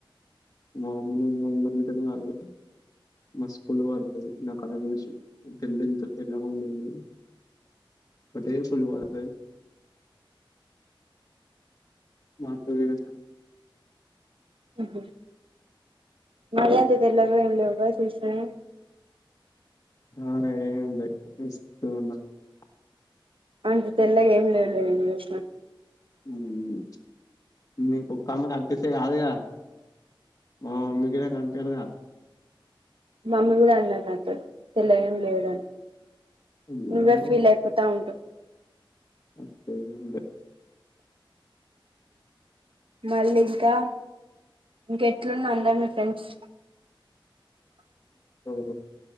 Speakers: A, on the left; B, on the right.
A: మామ్మీ మమటంగా <unintelligible> మస్త్ కుళ్ళు ప నా కలర్ జూషి నేను ఇంత తెల్లగా తెల్లగున్నా మ <unintelligible> అటే ఫుల్లు వాడతారు మాకు తెలీదు అసల
B: ఉహు మరి అంత తెల్లగా ఏం లేవ్ గా చూసిన నేను
A: అలా ఏం లే మిస్కు ల ఉన్న <unintelligible>
B: అంత తెల్లగా ఏం లేవులే నిన్ను చూష్న
A: ఉమ్మ్ చుప్ మీ కుక్క మాకు అంటిస్తే కాదుగా మా మమ్మీ కి నాకు అంటేన్ గా <inaudible>
B: మమ్మీ కూడా అన్నది నాతోని తెల్లగ ఏం లేడని
A: ఎందుకంటే
B: నువ్వే ఫీల్ అయిపోతా ఉంటవు
A: అట్లెంలే
B: మళ్ళీ ఇంకా ఇంకెట్లున్నా అందరు మీ ఫ్రెండ్స్
A: సూపర్